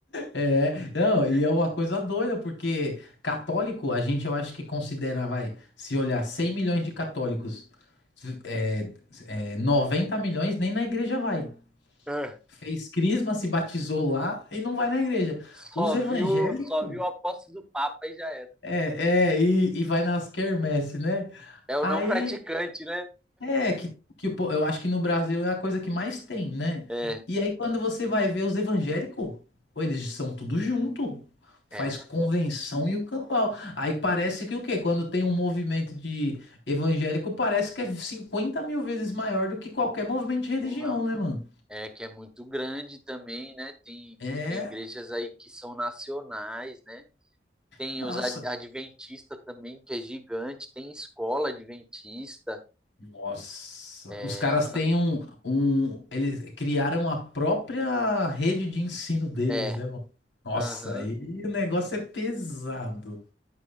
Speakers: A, on the left; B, in the centre.
A: É, não,
B: né?
A: e é uma coisa doida, porque católico, a gente, eu acho que considera, vai, se olhar 100 milhões de católicos, é, é, 90 milhões nem na igreja vai.
B: É.
A: Fez crisma, se batizou lá e não vai na igreja.
B: Só
A: Os evangélicos.
B: viu, só viu a posse do Papa e já era.
A: É, é, e, e vai nas quermesse, né?
B: É o
A: Aí,
B: não praticante, né?
A: é, que, que o po- eu acho que no Brasil é a coisa que mais tem, né?
B: É,
A: E aí quando você vai ver os evangélicos, pô, eles são tudo junto, faz
B: é.
A: convenção e o cambau. Aí parece que o quê? Quando tem um movimento de evangélico, parece que é 50 mil vezes maior do que qualquer movimento de religião,
B: Porra.
A: né, mano?
B: É que é muito grande também, né? Tem,
A: É,
B: tem igrejas aí que são nacionais, né? Tem
A: Nossa,
B: os ad- adventistas também, que é gigante. Tem escola adventista.
A: Nossa,
B: É,
A: os caras
B: mano.
A: têm um, um. Eles criaram a própria rede de ensino deles,
B: É.
A: né, mano? Nossa,
B: Aham.
A: aí o negócio é pesado.